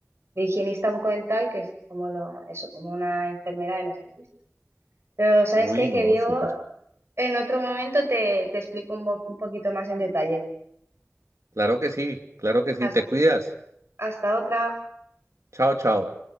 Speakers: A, on the right; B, on the right.
A: de higienista bucodental, que es como lo, eso, como una enfermera de los dentistas. Pero ¿sabes
B: uy,
A: qué?
B: no,
A: Que Diego,
B: súper.
A: en otro momento te, te explico un, mo- un poquito más en detalle.
B: Claro que sí, claro que sí,
A: Hasta,
B: te cuidas.
A: hasta otra.
B: Chao, chao.